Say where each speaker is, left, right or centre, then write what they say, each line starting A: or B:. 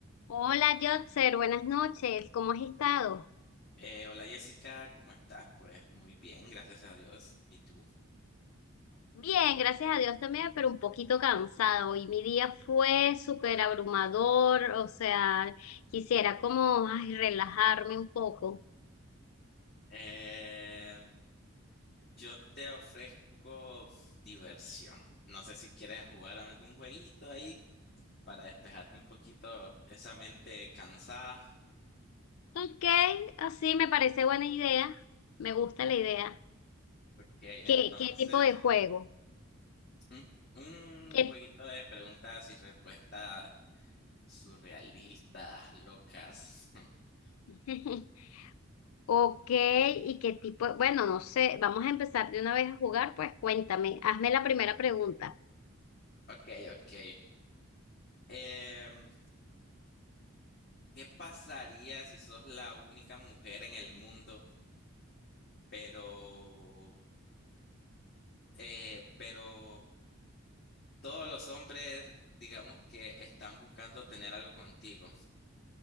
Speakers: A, on the left; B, on the left.
A: Hola, Jotzer, buenas noches. ¿Cómo has estado?
B: Eh, hola Jessica, ¿cómo estás? Pues muy bien, gracias a Dios. ¿Y tú?
A: Bien, gracias a Dios también, pero un poquito cansado. Hoy mi día fue súper abrumador, o sea, quisiera como ay, relajarme un poco.
B: Eh, yo te ofrezco diversión. No sé si quieres jugar a algún jueguito ahí para despejarte un poquito esa mente cansada.
A: Ok, así me parece buena idea. Me gusta la idea.
B: Ok,
A: ¿Qué,
B: entonces,
A: qué tipo de juego?
B: un,
A: ¿Qué...
B: un jueguito de preguntas y respuestas surrealistas, locas. <laughs>
A: <laughs> Ok, ¿y qué tipo? Bueno, no sé, vamos a empezar de una vez a jugar, pues cuéntame, hazme la primera pregunta.
B: Ok, ok. Em, ¿qué pasaría si sos la única mujer en el mundo? pero, eh, pero todos los hombres, digamos que están buscando tener algo contigo,